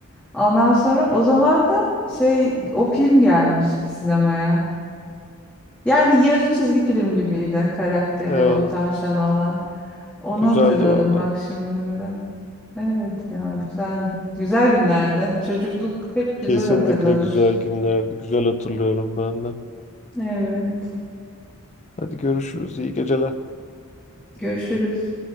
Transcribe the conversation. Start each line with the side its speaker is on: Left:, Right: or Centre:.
Centre: Ondan sonra o zaman da şey o film gelmişti sinemaya. Yani yarı çizgi film gibiydi karakteri
Left: Ee,
Centre: o tavşan olan. Onu
Left: güzeldi
Centre: hatırladım
Left: valla.
Centre: bak şimdi bir de. Evet ya güzeldi. Güzel günlerdi. Çocukluk hep güzel
Left: Kesinlikle
Centre: hatırlanır.
Left: güzel günlerdi. Güzel hatırlıyorum ben de.
Centre: Evet.
Left: Hadi görüşürüz. İyi geceler.
Centre: Görüşürüz.